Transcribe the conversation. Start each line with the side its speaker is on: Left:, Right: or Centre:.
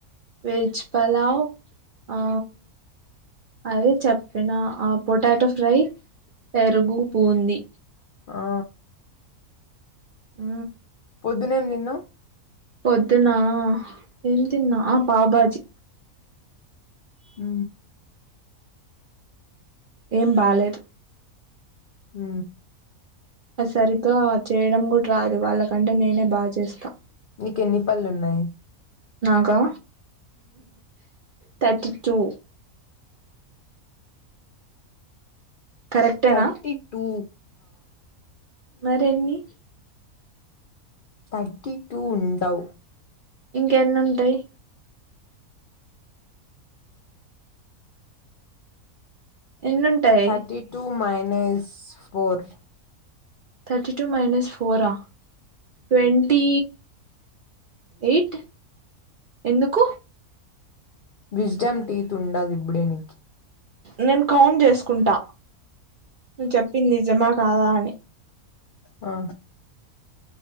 Right: వేచి పలావు ఆ అదే చెప్పిన ఆ పొటాటో ఫ్రై పెరుగు బూంది
Left: ఆ
Right: ఆ
Left: వద్దు నేం నిన్న
Right: పొద్దునా ఏం తిన్నా బబాజీ
Left: హ
Right: ఏం బాలేేదు
Left: హ
Right: సరిగ్గా చేయడం కూడా రాదు వాళ్ళకంటే నేనే బాగా చేస్తాను
Left: నీకెన్ని పనుళున్నాయి
Right: నాగా తర్టీ టూ కరెక్టేనా
Left: థర్టీ టూ
Right: మరిన్ని
Left: థర్టి టూ ఉండవు
Right: ఇంక ఎన్న ఉంటాయి ఎన్నుంటాయి
Left: thirty two minus four
Right: thirty two minus ఫోరా ట్వంటీ ఎయిట్ ఎందుకు
Left: విజడమ్ టీ తండదు ఇప్పుడే నీనికి
Right: నేను కౌంట్ చేసుకుంటా నువ్ చెప్పింది నిజమా కాదా అని
Left: ఆ